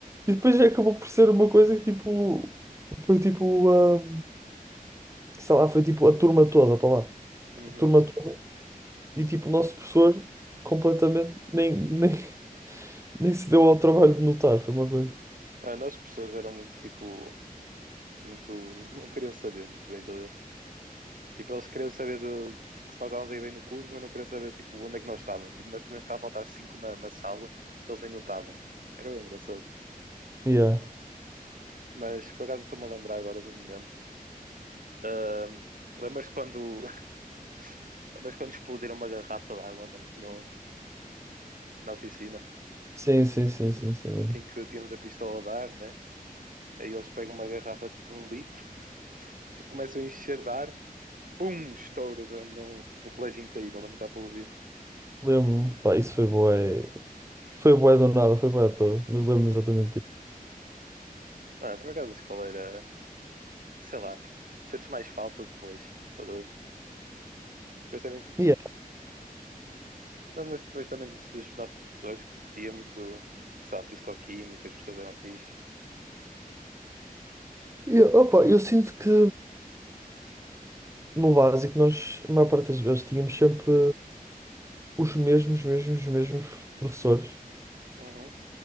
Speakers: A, on the right; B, on the right.
A: E depois já acabou por ser uma coisa que tipo. Foi tipo. ah, sei lá, foi tipo a turma toda para lá.
B: Uhum.
A: Tipo, a turma toda. E tipo, o nosso professor completamente nem, nem, <laughs> nem se deu ao trabalho de notar. Foi uma coisa.
B: Ah, nós professores eram muito tipo, muito, <laughs> não queriam saber muito bem da, tipo, eles queriam saber de, de que se nós estávamos aí bem no curso, mas não queriam saber tipo onde é que nós estávamos. Tipo, nós podíamos estar a faltar cinco na, na sala, que eles nem notavam. Era bem engraçado.
A: Yeah.
B: Mas por acaso estou-me a lembrar agora do momento. Ahm, lembras quando, <laughs> lembras quando explodiram uma garrafa de água, mano, no, na oficina,
A: Sim, sim, sim, sim, sim, lembro.
B: em que tínhamos a pistola a dar, né? Aí eles pegam uma garrafa tipo um litro começam a enxerdar, pum, estouro no, no colégio inteiro, mano, dá para ouvir.
A: Lembro-me. Pá, isso foi bué. Foi bué do nada, foi bué à toa. Mas lembro-me
B: Uhum.
A: exatamente disso.
B: Mano, por acaso a escola era, sei lá, sentes mais falta depois. Estás a ver? Depois também, ti-
A: Yeah.
B: não, mas depois também dos, dos nossos professores que tínhamos do, sei lá, fisicoquímica, as pessoas eram fixe.
A: E, opa, eu sinto que no básico nós, a maior parte das vezes, tínhamos sempre. os mesmos, mesmos, mesmos professores.
B: Uhum.